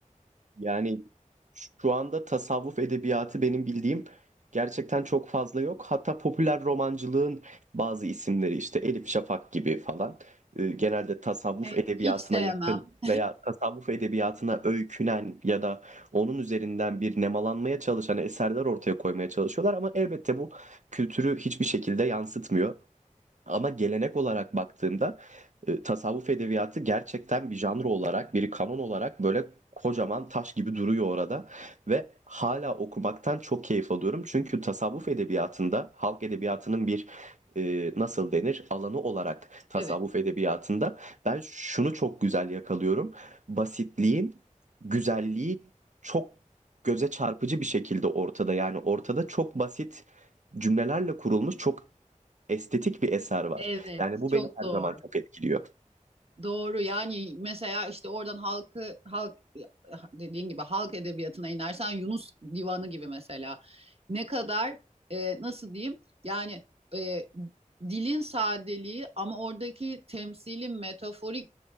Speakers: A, on the right; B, on the right.
A: Yani şu anda tasavvuf edebiyatı benim bildiğim gerçekten çok fazla yok. Hatta popüler romancılığın bazı isimleri işte Elif Şafak gibi falan e, genelde tasavvuf
B: E,
A: edebiyatına
B: hiç sevmem.
A: yakın veya tasavvuf edebiyatına öykünen ya da onun üzerinden bir nemalanmaya çalışan eserler ortaya koymaya çalışıyorlar ama elbette bu kültürü hiçbir şekilde yansıtmıyor. Ama gelenek olarak baktığımda e, tasavvuf edebiyatı gerçekten bir janr olarak, bir kanon olarak böyle kocaman taş gibi duruyor orada ve hala okumaktan çok keyif alıyorum. Çünkü tasavvuf edebiyatında halk edebiyatının bir e, nasıl denir alanı olarak tasavvuf
B: Evet.
A: edebiyatında ben şunu çok güzel yakalıyorum. Basitliğin güzelliği çok göze çarpıcı bir şekilde ortada. Yani ortada çok basit cümlelerle kurulmuş çok estetik bir eser var.
B: Evet,
A: Yani bu
B: çok
A: beni her
B: doğru.
A: zaman çok etkiliyor.
B: Doğru. Yani mesela işte oradan halkı halk dediğin gibi halk edebiyatına inersen Yunus Divanı gibi mesela ne kadar e, nasıl diyeyim? Yani e, dilin sadeliği ama oradaki temsili metaforik